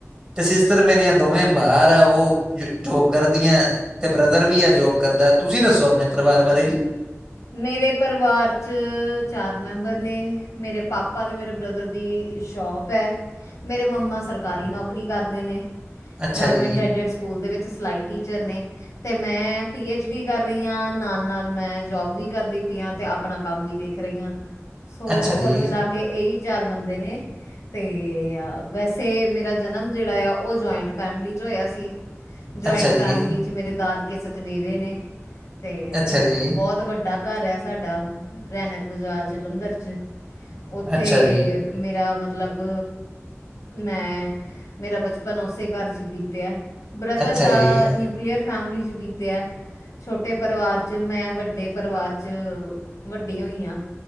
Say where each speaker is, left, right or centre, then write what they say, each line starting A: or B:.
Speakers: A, on the right; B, on the left.
A: ਤੇ ਸਿਸਟਰ ਮੇਰੀਆਂ ਦੋਵੇਂ ਬਾਰ ਆ ਉਹ ਜੋਬ ਕਰਦੀਆਂ। ਤੇ ਬ੍ਰਦਰ ਵੀ ਆ ਜੋਬ ਕਰਦਾ ਤੁਸੀਂ ਦੱਸੋ ਆਪਣੇ ਪਰਿਵਾਰ ਬਾਰੇ ਜ
B: ਮੇਰੇ ਪਰਿਵਾਰ 'ਚ ਚਾਰ ਮੈਂਬਰ ਨੇ ਮੇਰੇ ਪਾਪਾ ਅਤੇ ਮੇਰੇ ਬ੍ਰਦਰ ਦੀ ਸ਼ੋਪ ਮੇਰੇ ਮੰਮਾ ਸਰਕਾਰੀ ਨੌਕਰੀ ਕਰਦੇ ਨੇ
A: ਅੱਛਾ
B: ਗਵਰਮੈਂਟ
A: ਜੀ
B: ਐਡਡ ਸਕੂਲ ਦੇ ਵਿੱਚ ਸਿਲਾਈ ਟੀਚਰ ਨੇ ਅਤੇ ਮੈਂ ਪੀ ਐੱਚ ਡੀ ਕਰ ਰਹੀ ਹਾਂ ਨਾਲ ਨਾਲ ਮੈਂ ਜੋਬ ਵੀ ਕਰਦੀ ਪਈਆਂ ਤੇ ਆਪਣਾ ਕੰਮ ਵੀ ਦੇਖ ਰਹੀਆਂ ਸੋ
A: ਅੱਛਾ
B: ਕੁਲ
A: ਜੀ
B: ਮਿਲਾ ਕੇ ਕੇ ਇਹੀ ਚਾਰ ਬੰਦੇ ਨੇ। ਤੇ ਵੈਸੇ ਮੇਰਾ ਜਨਮ ਜਿਹੜਾ ਆ ਉਹ ਜੁਆਇੰਟ ਫੈਮਿਲੀ ' ਹੋਇਆ ਸੀ ਜੁਆਇੰਟ
A: ਅੱਛਾ ਜੀ
B: ਫੈਮਿਲੀ 'ਚ ਮੇਰੇ ਦਾਦਕੇ ਸਚਦੇਵੇ ਨੇ ਅਤੇ
A: ਅੱਛਾ ਜੀ
B: ਬਹੁਤ ਬਹੁਤ ਵੱਡਾ ਘਰ ਆ ਸਾਡਾ ਰੈਨਕ ਬਾਜ਼ਾਰ ਜਲੰਧਰ ਚ ਉੱਥੇ
A: ਅੱਛਾ ਜੀ
B: ਮੇਰਾ ਮਤਲਬ ਮੈਂ ਮੇਰਾ ਬਚਪਨ ਉਸੇ ਘਰ 'ਚ ਹੀ ਬੀਤਿਆ ਬ੍ਰਦਰ
A: ਅੱਛਾ
B: ਦਾ
A: ਜੀ
B: ਨਿਊਕਲੀਅਰ ਫੈਮਲੀ 'ਚ ਬੀਤਿਆ ਛੋਟੇ ਪਰਿਵਾਰ 'ਚ ਮੈਂ ਵੱਡੇ ਪਰਿਵਾਰ 'ਚ ਵੱਡੀਆਂ ਹੋਈਆਂ